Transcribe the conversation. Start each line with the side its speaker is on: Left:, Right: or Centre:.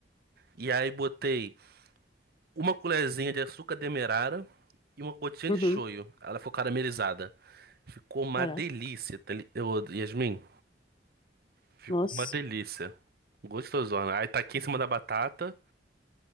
Right: e aí botei uma colherzinha de açúcar demerara e uma gotinha
Left: uhum.
Right: de shoyu. Ela ficou caramelizada. Ficou uma
Left: Caraca,
Right: delícia, tá li- Ô, Yasmin. Ficou
Left: nossa.
Right: uma delícia. Gostosona. Aí tá aqui em cima da batata,